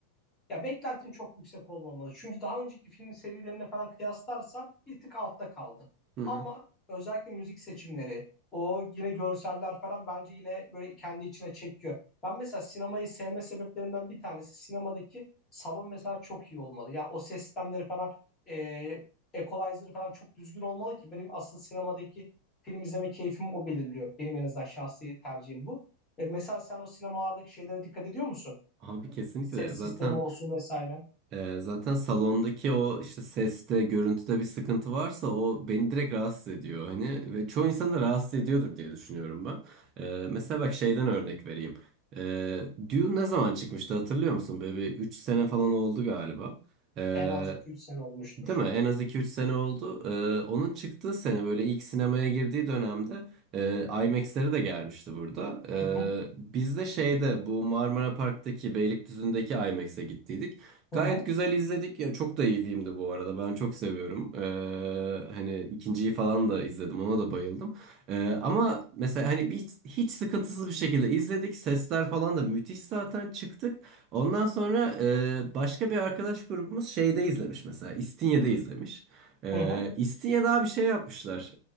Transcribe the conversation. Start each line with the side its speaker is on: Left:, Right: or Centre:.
Left: ya beklentim çok yüksek olmamalı. Çünkü daha önceki film serilerine falan kıyaslarsan bir tık altta kaldı.
Right: Hı hı.
Left: Ama özellikle müzik seçimleri, o yine görseller falan bence yine böyle kendi içine çekiyor. Ben mesela sinemayı sevme sebeplerimden bir tanesi sinemadaki salon mesela çok iyi olmalı. Ya o ses sistemleri falan e, equalizer'ı falan çok düzgün olmalı ki benim asıl sinemadaki film izleme keyfimi o belirliyor. Benim en azından şahsi tercihim bu. E, mesela sen o sinemalardaki şeylere dikkat ediyor musun?
Right: Abi kesinlikle
Left: Ses
Right: zaten
Left: sistemi olsun vesaire.
Right: e, zaten salondaki o işte seste görüntüde bir sıkıntı varsa o beni direkt rahatsız ediyor hani ve çoğu insan da rahatsız ediyordur diye düşünüyorum ben. E, mesela bak şeyden örnek vereyim. E, Dune ne zaman çıkmıştı hatırlıyor musun? Böyle bir 3 sene falan oldu galiba. E,
Left: En az 2-3 sene olmuştur.
Right: Değil mi? En az iki üç sene oldu. Ee, onun çıktığı sene böyle ilk sinemaya girdiği dönemde e, IMAX'leri de gelmişti burada. Ee,
Left: Hı hı,
Right: biz de şeyde bu Marmara Park'taki Beylikdüzü'ndeki IMAX'e gittiydik. Gayet
Left: hı hı,
Right: güzel izledik. Ya çok da iyi filmdi bu arada. Ben çok seviyorum. Ee, hani ikinciyi falan da izledim. Ona da bayıldım. Ee, ama mesela hani bir, hiç sıkıntısız bir şekilde izledik. Sesler falan da müthiş zaten çıktık. Ondan sonra e, başka bir arkadaş grubumuz şeyde izlemiş mesela. İstinye'de izlemiş. E,
Left: hı hı.
Right: İstinye'de daha bir şey yapmışlar.